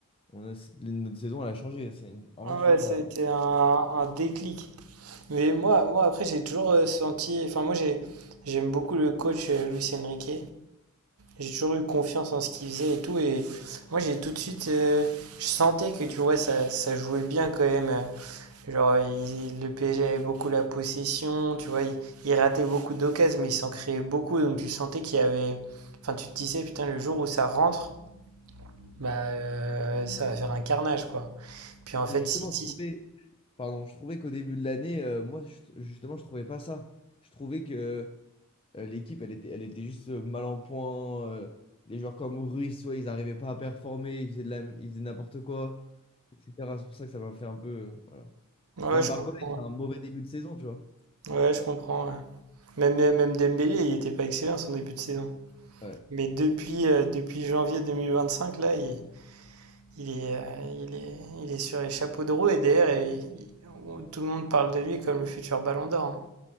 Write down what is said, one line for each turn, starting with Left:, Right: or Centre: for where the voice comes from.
Left: on a, notre saison, elle a changé. C'est une- En
Right: Ah
Left: vrai, je
Right: Ouais,
Left: trouve
Right: c'était
Left: ça.
Right: un, un déclic. Mais moi,
Left: Ouais.
Right: moi après, j'ai toujours euh, senti. Enfin, moi, j'ai, j'aime beaucoup le coach euh, Luis Enrique. J'ai toujours eu confiance en ce qu'il faisait et tout. Et moi, j'ai tout de suite. euh, je sentais que, tu vois, ça, ça jouait bien quand même. euh, Genre, il- le PSG avait beaucoup la possession, tu vois, il, il ratait beaucoup d'occasions, mais il s'en créait beaucoup, donc tu sentais qu'il y avait... Enfin, tu te disais, putain, le jour où ça rentre, bah, euh, ça va faire un carnage, quoi. Puis en
Left: Mais
Right: fait,
Left: justement,
Right: City...
Left: je trouvais. Pardon, je trouvais qu'au début de l'année, euh, moi, je- justement, je trouvais pas ça. Je trouvais que euh, l'équipe, elle était, elle était juste euh, mal en point. euh, les joueurs comme Ruiz, soit ils n'arrivaient pas à performer, ils faisaient de la, ils faisaient n'importe quoi, etc. C'est pour ça que ça m'a fait un peu. euh, voilà.
Right: Ouais,
Left: Et même
Right: je
Left: Barcola,
Right: comprends.
Left: il fait un mauvais début de saison, tu vois.
Right: Ouais, je comprends. ouais. Même, même même Dembélé, il était pas excellent son début de saison.
Left: Ouais.
Right: Mais depuis, euh, depuis janvier 2025, là, il, il est, euh, il est, il est sur les chapeaux de roue, et derrière, il- il- on- tout le monde parle de lui comme le futur Ballon d'Or. hein.